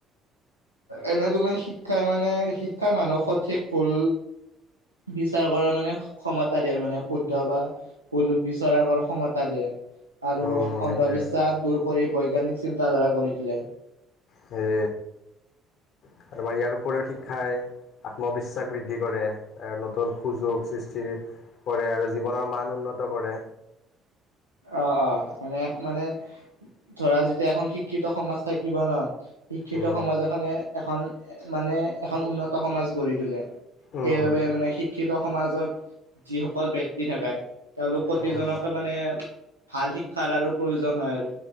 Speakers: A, on the right; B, on the left.
A: এনে তুমি শিক্ষাই মানে শিক্ষাৰ মানুহ সঠিক ভুল বিচাৰ কৰাৰ মানে ক্ষমতা দিয়া মানে শুদ্ধ বা ভুল বিচাৰৰ কৰাৰ ক্ষমতা দিয়ে। আৰু
B: উম সেইটোৱে
A: অন্ধবিশ্বাস দূৰ কৰি বৈজ্ঞানিক চিন্তাধাৰা গঢ়ি তোলে।
B: হে আৰু তোমাৰ ইয়াৰ উপৰিও শিক্ষাই আত্মবিশ্বাস বৃদ্ধি কৰে, এ নতুন সুযোগ সৃষ্টিৰ কৰে আৰু জীৱনৰ মান উন্নত কৰে।
A: অ', অ', মানে-মানে ধৰা যেতিয়া এখন শিক্ষিত সমাজ থাকিব ন শিক্ষিত
B: উম
A: সমাজ এখনে, এখন মানে এখন উন্নত সমাজ গঢ়ি তোলে।
B: উম
A: সেইবাবে মানে শিক্ষিত সমাজত যিসকল ব্যক্তি থাকে তেওঁলোক প্ৰতিজনকে
B: উম
A: মানে ভাল শিক্ষাৰ আৰু প্ৰয়োজন হয় আৰু